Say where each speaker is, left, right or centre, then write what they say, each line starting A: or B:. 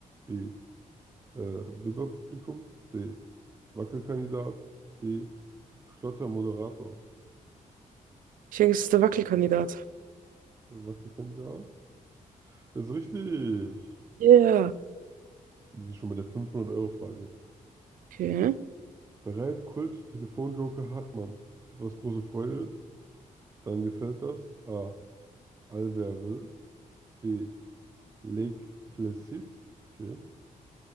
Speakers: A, on the right; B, on the right.
A: B. Äh, Bibber-Publikum, C. Wackelkandidat, D. Schlottermoderator.
B: Ich denke, es ist der Wackelkandidat.
A: Der Wackelkandidat ist richtig.
B: Ja, yeah.
A: Und Das ist schon bei der 500-Euro-Frage.
B: okay.
A: Bereit, Kult, Telefonjoker, Hartmann. Etwas große Freude. Dann gefällt das. A. Albertville. B. Lake Placid. Okay.